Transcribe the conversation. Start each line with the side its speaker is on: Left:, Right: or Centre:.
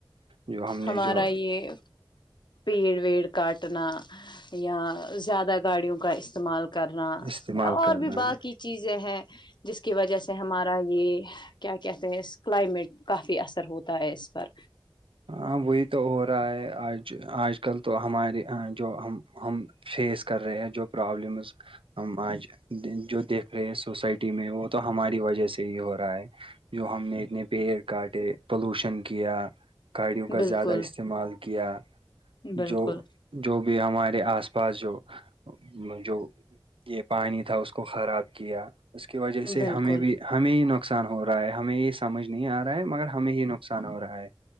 Right: جو ہم نے
Left: ہمارا
Right: جو
Left: یہ پیڑ ویڑ کاٹنا یا زیادہ گاڑیوں کا استعمال کرنا
Right: استعمال
Left: اور
Right: کرنا
Left: بھی باقی
Right: ہے
Left: چیزیں ہیں جس کی وجہ سے ہمارا یہ کیا کہتے ہیں اس کلائمیٹ کافی اثر ہوتا ہے اس پر
Right: ہاں وہی تو ہو رہا ہے آج آج کل تو ہمارے جو ہم ہم فیس کر رہے ہیں جو پرابلمز ہم آج جو دیکھ رہے ہیں سوسائٹی میں وہ تو ہماری وجہ سے یہ ہو رہا ہے جو ہم نے اتنے پیڑ کاٹے پولوشن کیا گاڑیوں کا
Left: بالکل
Right: زیادہ استعمال کیا
Left: بالکل
Right: جو جو بھی ہمارے آس پاس جو جو یہ پانی تھا اس کو خراب کیا اس کی وجہ سے
Left: بالکل
Right: ہمیں بھی ہمیں یہ نقصان ہو رہا ہے ہمیں یہ سمجھ نہیں آ رہا مگر ہمیں ہی نقصان ہو رہا ہے